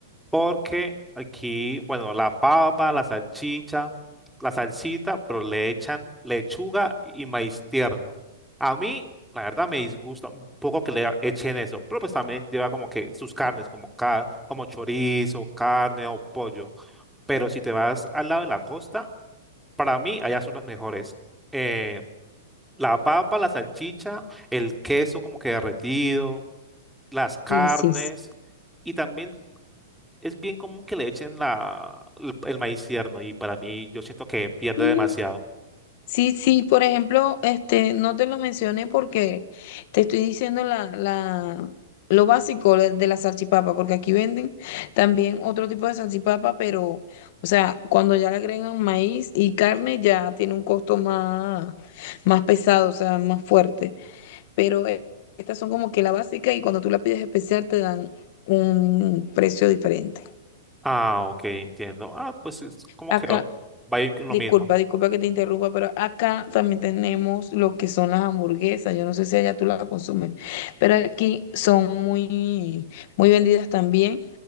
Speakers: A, in the centre; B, on the left (about 50°).
A: Porque aquí, bueno, la papa, la salchicha, la salsita, pero le echan lechuga y maíz tierno. A mí, la verdad, me disgusta un poco que le echen eso, pero pues también lleva como que sus carnes, como, ca- como chorizo, carne o pollo. Pero si te vas al lado de la costa, para mí allá son las mejores. Eh, la papa, la salchicha, el queso como que derretido, las carnes.
B: Sí, sí,
A: Y también es bien común que le echen la, el, el maíz tierno y para mí yo siento que pierde
B: sí.
A: demasiado.
B: Sí, sí, por ejemplo, este, no te lo mencioné porque te estoy diciendo la, la, lo básico la- de la salchipapa, porque aquí venden también otro tipo de salchipapa, pero, o sea, cuando ya le agregan maíz y carne, ya tiene un costo más, más pesado, o sea, más fuerte. Pero eh, estas son como que la básica y cuando tú la pides especial te dan un precio diferente.
A: Ah, ok, entiendo. Ah, pues es como
B: Acá.
A: que oh, va a ir con
B: Disculpa,
A: lo mismo.
B: disculpa que te interrumpa, pero acá también tenemos lo que son las hamburguesas. Yo no sé si allá tú las consumes, pero aquí son muy, muy vendidas también